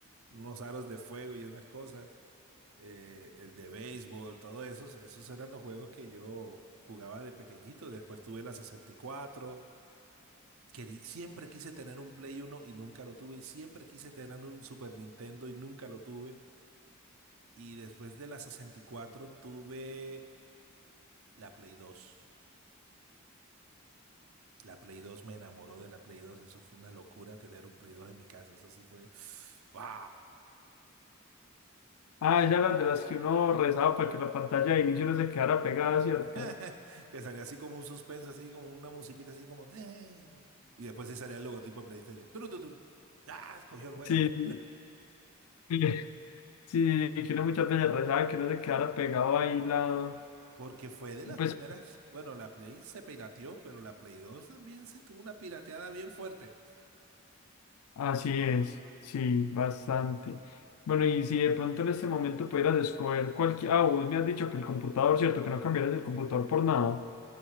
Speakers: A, on the right; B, on the left.
A: unos aros de fuego y unas cosas. eh, el de béisbol, todo esos, esos eran los juegos que yo jugaba de pequeñito. Después tuve la 64, que di- siempre quise tener un Play Uno y nunca lo tuve. Y siempre quise tener un Super Nintendo y nunca lo tuve. Y después de la 64 tuve la Play 2. La Play 2 me enamoró de la Play 2. Eso fue una locura tener un Play 2 en mi casa. Eso sí fue. ¡Wow!
B: Ah, ella era de las que uno rezaba para que la pantalla de inicio no se quedara pegada, ¿cierto?
A: <laughs> Que salía así como un suspenso, así como una musiquita, así como. "Ten". Y después sí salía el logotipo de PlayStation. ¡Tru, tu, tu! ¡Ah! Cogió el juego.
B: Sí, sí. <laughs> Sí, que uno muchas veces rezaba que no se quedara pegado ahí la...
A: Porque fue de las
B: Pues
A: primeras. Bueno, la Play se pirateó, pero la Play 2 también se tuvo una pirateada bien fuerte.
B: así es, sí, bastante. Bueno, y si de pronto en este momento pudieras escoger cualquier... Ah, vos me has dicho que el computador, ¿cierto? Que no cambiaras el computador por nada.